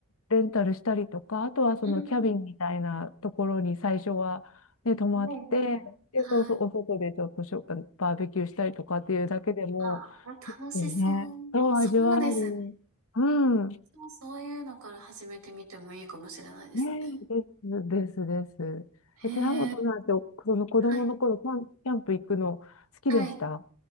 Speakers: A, on the left; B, on the right.
A: レンタルしたりとか、あとはそのキャビンみたいなところに最初は、
B: うん
A: ね、泊まって、
B: うんはいはい。
A: で、
B: はい。
A: そうそう、お外でちょっとしょ、バーベキューしたりとかっていうだけでも、
B: あ、
A: 結構ね、
B: 楽しそう。
A: そう味わえる。
B: そうですね。
A: うん。
B: 私もそういうのから始めてみてもいいかもしれないですね。
A: ね、です、です、です。
B: へえ。
A: え、寺本なんて、その子供の頃、
B: はい。
A: キャンキャンプ行くの好きでした
B: はい。